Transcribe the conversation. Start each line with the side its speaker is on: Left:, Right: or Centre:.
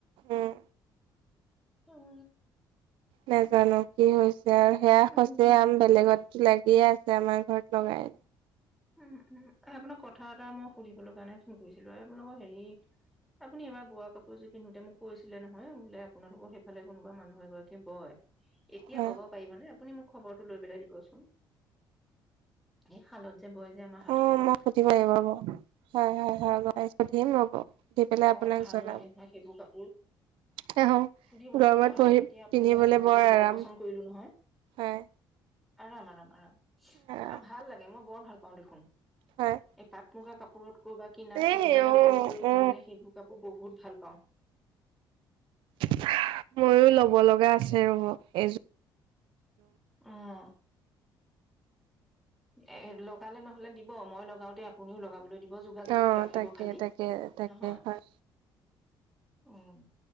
Right: উম
Centre: অ উ
Right: নেজানো কি হৈছে আৰু সেয়া
Centre: উম
Right: সচ
Centre: উম
Right: আম বেলেগতো লাগিয়ে আছে আমাৰ ঘৰত লগাই
Centre: উ উম আপোনাক কথা এটা মই সুধিবলৈ কাৰণে ফোন কৰিছিলো আপোনালোকৰ হেৰি আপুনি এইবাৰ বোৱা কাপোৰযোৰ পিন্ধোতে মোক কৈছিলে নহয় বোলে আপোনালোকৰ সেইফালে কোনোবা মানুহ এগৰাকী বয় এতিয়া
Right: নাই
Centre: বব পাৰিব নে আপুনি মোক খবৰটো লৈ পেলাই দিবচোন <unintelligible> আমাৰ হাতশালত।
Right: অ মই সুধিব আহি ৰব হয় হয় হয় সুধিম ৰ'ব সুধি পেলাই
Centre: বৰ
Right: আপোনাক
Centre: ভাল
Right: জনাম
Centre: লাগে নহয় সেইবোৰ কাপোৰ
Right: <unintelligible>
Centre: সুধিবচোন
Right: গৰমত
Centre: মই সেই
Right: পি
Centre: তেতিয়া আপুনি
Right: পিন্ধিবলে
Centre: পিন্ধা কাপোৰযোৰ
Right: বৰ আৰাম
Centre: পচন্দ কৰিলো নহয়।
Right: হয়
Centre: আৰাম আৰাম আৰাম <unintelligible>
Right: আৰাম
Centre: অ ভাল লাগে মোক বৰ ভাল। ব <unintelligible> পাও দেখোন।
Right: হয়
Centre: এই পাট মুগা কাপোৰতকৈ বা কিনা
Right: এই
Centre: চেট বিলাকতকৈও
Right: অ
Centre: মই
Right: অ
Centre: মানে সেইবোৰ কাপোৰ <unintelligible> বহুত ভাল পাওঁ
Right: <unintelligible> ময়ো ল'ব লগা আছে, ৰব এইযোৰ
Centre: অ' এই লগালে নহলে দিব, মই লগাওতে আপুনিও লগাবলৈ <unintelligible>
Right: অ'
Centre: ৰাখিব
Right: তাকে,
Centre: খালি
Right: তাকে, তাকে
Centre: নহয়
Right: হয়।
Centre: উম